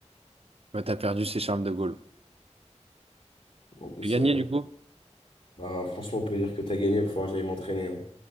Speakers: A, on the right (about 55°); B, on the left (about 60°).
A: Bah, t'as perdu, c'est Charles de Gaulle.
B: En plus,
A: J'ai gagné,
B: euh,
A: du coup?
B: bah, franchement, on peut dire que t'as gagné. Il va falloir que j'aille m'entraîner. hein.